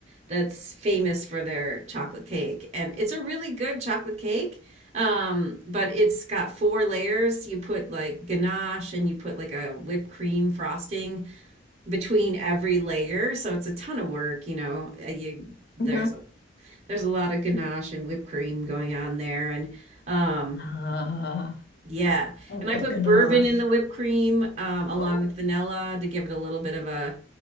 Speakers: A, on the right (about 35°); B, on the left (about 50°).
A: that's famous for their chocolate cake. And it's a really good chocolate cake, um, but it's got four layers. You put like ganache and you put like a whipped cream frosting between every layer. So it's a ton of work, you know. Uh, You there's
B: mm-hmm.
A: there's a lot of ganache and whipped cream going on there, and um,
B: Ah,
A: yeah.
B: I love
A: And I put
B: ganache.
A: bourbon in the whipped cream um, along
B: Oh,
A: with vanilla to give it a little bit of a,